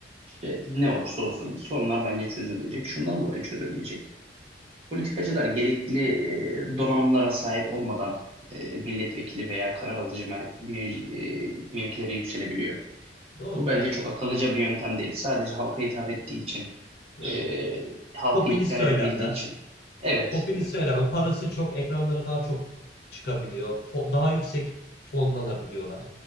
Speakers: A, on the right (about 35°); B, on the left (about 60°).
A: işte ne olursa olsun sorunlar bence çözülmeyecek. Şundan dolayı çözülmeyecek. Politikacılar gerekli e, donanımlara sahip olmadan e, milletvekili veya karar alıcı mer- mev- e, mevkilere yükselebiliyor.
B: Doğru.
A: Bu bence çok akıllıca bir yöntem değil. Sadece halka hitap ettiği için,
B: Evet.
A: e, halkı
B: Popülist
A: ikna
B: söylemler,
A: edebildiği için. Evet.
B: Popülist söyleme. Parası çok, ekranlara daha çok çıkabiliyor. Fo- daha yüksek fonlanabiliyorlar.